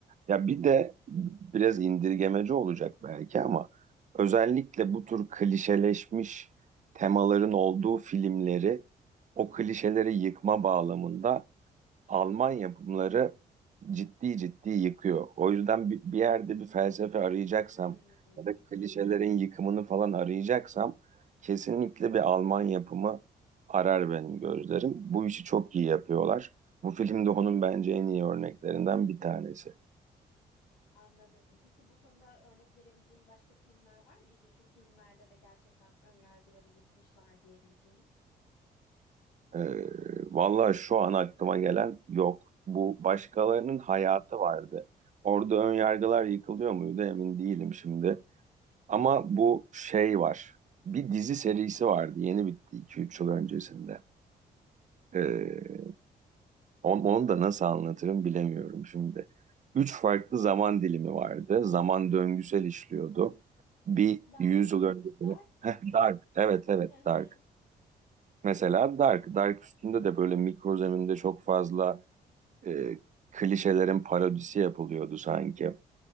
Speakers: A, on the right; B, on the left.
A: Ya bir de biraz indirgemeci olacak belki ama özellikle bu tür klişeleşmiş temaların olduğu filmleri o klişeleri yıkma bağlamında Almanya bunları ciddi ciddi yıkıyor. O yüzden bir, bir yerde bir felsefe arayacaksam
B: Hmm,
A: ya da klişelerin yıkımını falan arayacaksam kesinlikle bir Alman yapımı arar benim gözlerim. Bu işi çok iyi yapıyorlar. Bu film de onun bence en iyi örneklerinden bir tanesi.
B: anladım. Peki bu konuda örnek verebileceğin başka filmler var mı? İşte şu filmlerde de gerçekten ön yargıları yıkmışlar diyebileceğin.
A: Ee, vallahi şu an aklıma gelen yok. Bu başkalarının
B: Hı hı.
A: hayatı vardı. Orada ön yargılar yıkılıyor muydu emin değilim şimdi. Ama bu şey var. Bir dizi serisi vardı. Yeni bitti iki üç yıl öncesinde. Ee, on- onu da nasıl anlatırım bilemiyorum şimdi. Üç farklı zaman dilimi vardı. Zaman döngüsel işliyordu. Bir
B: Dark.
A: 100 yıl öncesinde.
B: Dark.
A: Heh, Dark. Evet evet
B: Hı hı.
A: Dark. Mesela Dark. Dark üstünde de böyle mikro zeminde çok fazla e, klişelerin parodisi yapılıyordu sanki.